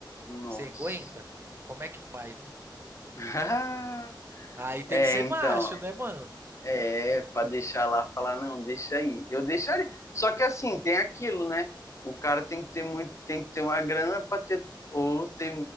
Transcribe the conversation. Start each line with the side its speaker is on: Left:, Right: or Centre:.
Left: Nossa.
Right: Você aguenta? Como é que faz, né?
Left: <laughs>
Right: Aí tem
Left: É,
Right: que ser
Left: então,
Right: macho, né, mano?
Left: É, pra deixar lá, falar, não, deixa aí. Eu deixaria. Só que assim, tem aquilo, né? O cara tem que ter muito, tem que ter uma grana pra ter, ou ter,